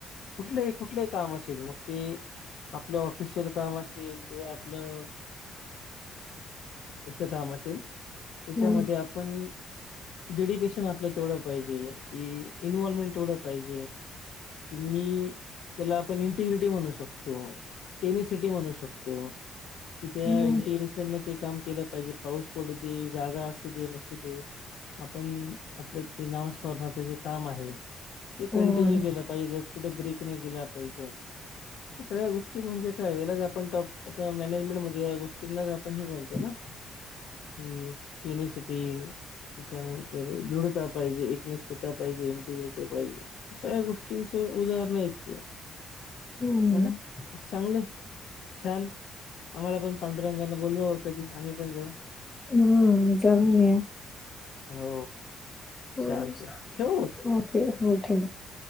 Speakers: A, on the left; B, on the left.
A: कुठलंही कुठलेही काम असेल मग ते आपलं ऑफिशियल काम असेल किंवा आपलं
B: <unintelligible>
A: याच काम असेल त्याच्यामध्ये
B: हम्म
A: आपण डेडिकेशन आपलं तेवढं पाहिजे की इन्वॉल्मेंट तेवढं पाहिजे. कि मी त्याला आपण इंटिग्रिटी म्हणू शकतो. टेनी सिटी म्हणू शकतो. कि त्या
B: हम्म
A: इंटिग्रेशन न ते काम केलं पाहिजे पाऊस पडू दे जागा असू दे नसू दे. आपण आपलं ते नाव णाच जे काम आहे ते
B: हम्म
A: कंटिन्यू केलं पाहिजे त्यात कुठे ब्रेक नाही दिला पाहिजे. सगळ्या गोष्टी म्हणजे काय याला आपण टॉप आ मॅनेजमेंट मध्ये या गोष्टींनाच आपण हेच म्हणतो ना-
B: <inaudible>
A: पेनीसिटी त्याच्यानंतर दृढता पाहिजे. निष्ठता पाहिजे इंटिग्रिटी पाहिजे सगळ्या गोष्टींचे उदाहरण आहेत ते.
B: जाऊन
A: ह ना चांगले छान आम्हाला पण पांडुरंगाना बोलवा कधी आम्ही पण जाऊ
B: हम् जाऊ न
A: हो
B: अच्छा
A: चालतंय ठेवू मग
B: हो ठेवा हो ठेवा.